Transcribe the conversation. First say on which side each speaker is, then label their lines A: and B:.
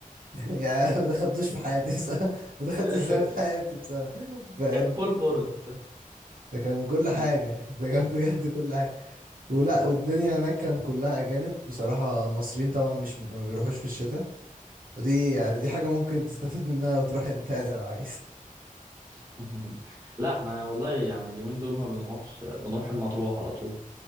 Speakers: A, on the right (about 75°); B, on the right (about 25°).
A: <laughs> يعني ما دخلتوش في حياتي بصراحة ما دخلتش
B: <laughs>
A: ازاي في حياتي بصراحة ف...
B: كان فول بورد
A: ده كان كل
B: كان
A: حاجة ده كان بجد كل حاجة ولا
B: <laughs>
A: والدنيا هناك كان كلها أجانب بصراحة المصريين طبعا مش ما بيروحوش في الشتاء ودي يعني
B: ايوه
A: دي حاجة ممكن تستفيد منها لو تروح انت يعني لو عايز
B: <laughs> لا احنا والله يعني اليومين دول ما بنروحش بنروح المطروح على طول